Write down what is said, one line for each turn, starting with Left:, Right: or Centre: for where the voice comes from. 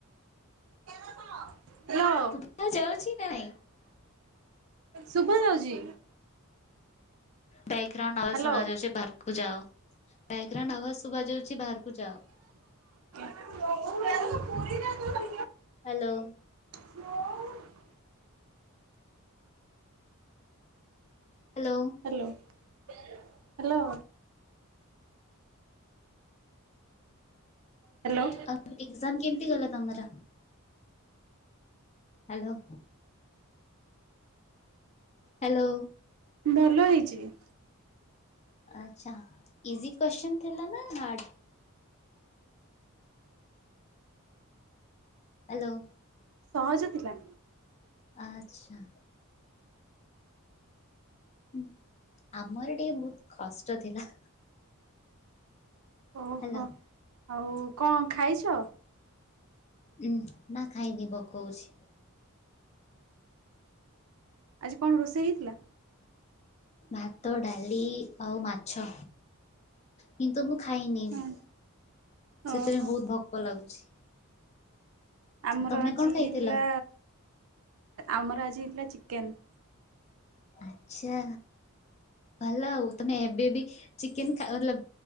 Right: <unintelligible> ହାଲୋ
Left: ଶୁଭା ଯାଉଛି ନା ନାଇଁ
Right: ଶୁଭା ଯାଉଛି।
Left: ବ୍ୟାକ୍ଗ୍ରାଉଣ୍ଡ ଆବାଜ
Right: ହ୍ୟାଲୋ।
Left: ଶୁଭା
Right: ହ୍ୟାଲୋ
Left: ଯାଉଛି ବାହାରକୁ ଯାଅ, ବ୍ୟାକ୍ ଗ୍ରାଉଣ୍ଡ ଆବାଜ ଶୁଭା ଯାଉଛି ବାହାରକୁ ଯାଅ?
Right: <unintelligible>
Left: hello
Right: <inaudible>
Left: Hello
Right: <unintelligible> hello. ହ୍ୟାଲୋ
Left: ଆଉ ଏଗ୍ଜାମ୍ କେମିତି ଗଲା ତମର ହାଲୋ? ହାଲୋ।
Right: ଭଲ ହେଇଚି।
Left: ଆଛା ଇଜି କୋଶ୍ଚିନ୍ ଥିଲା ନା ହାର୍ଡ। ହାଲୋ।
Right: ସହଜ ଥିଲା।
Left: ଆଚ୍ଛା। ହୁଁ ଆମର ଟିକେ ବହୁତ କଷ୍ଟ ଥିଲା।
Right: ଓହୋ
Left: ହେଲା
Right: ଆଉ କଣ ଖାଇଚ?
Left: ଉଁ ନା ଖାଇନି ଭୋକ ହଉଚି।
Right: ଆଜି କଣ ରୋଷେଇ ହେଇଥିଲା?
Left: ଭାତ ଡାଲି ଆଉ ମା ଛ କିନ୍ତୁ ମୁଁ ଖାଇନି
Right: ହୁଁ
Left: ସେଥିପାଇଁ
Right: ଓହୋ।
Left: ବହୁତ ଭ ଭୋକ ଲାଗୁଛି।
Right: ଆମର
Left: ତମେ
Right: ଆଜି
Left: କଣ ଖାଇଥିଲ?
Right: ହେଇଥିଲା ଆମର ଆଜି ହେଇଥିଲା ଚିକେନ।
Left: ଆଛା। ଭଲ ଆଉ ତମେ ଏବେ ବି ଚିକେନ ଖାଅ ଲ